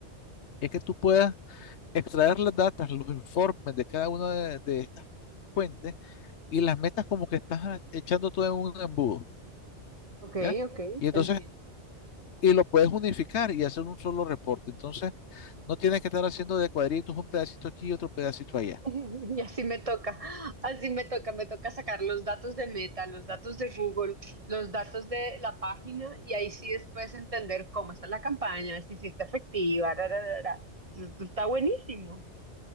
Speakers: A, on the left; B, on the right.
A: es que tú puedas extraer las datas, los informes de cada una de, de estas fuentes y las metas como que estás echando todo en un embudo,
B: ok,
A: ¿ya?
B: ok,
A: Y entonces,
B: te entiendo.
A: y lo puedes unificar y hacer un solo reporte. Entonces, no tienes que estar haciendo de cuadritos un pedacito aquí y otro pedacito allá.
B: <laughs> Y así me toca, así me toca, me toca sacar los datos de Meta, los datos de Google, los datos de la página y ahí sí después entender cómo está la campaña, si sí está efectiva, ra, ra, ra, ra. Esto Está buenísimo.